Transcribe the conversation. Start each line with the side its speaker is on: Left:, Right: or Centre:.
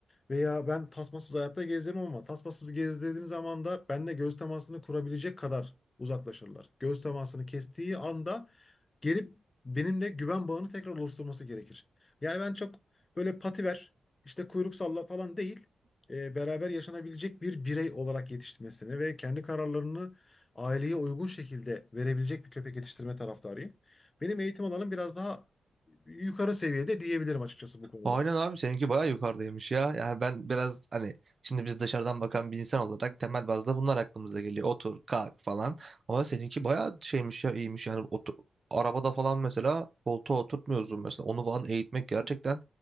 Left: Veya ben tasmasız hayatta gezerim ama tasmasız gezdirdiğim zaman da benimle göz temasını kurabilecek kadar uzaklaşırlar. Göz temasını kestiği anda gelip benimle güven bağını tekrar oluşturması gerekir. Yani ben çok böyle pativer, işte kuyruk salla falan değil, e, beraber yaşanabilecek bir birey olarak yetiştirmesini ve kendi kararlarını aileye uygun şekilde verebilecek bir köpek yetiştirme taraftarıyım. Benim eğitim alanım biraz daha yukarı seviyede diyebilirim açıkçası bu konuda.
Right: Aynen abi seninki bayağı yukarıdaymış ya. Yani ben biraz hani şimdi biz dışarıdan bakan bir insan olarak temel bazda bunlar aklımıza geliyor. Otur, kalk falan. Ama seninki bayağı şeymiş ya iyiymiş yani otu- arabada falan mesela koltuğa oturtmuyorsun mesela. Onu falan eğitmek gerçekten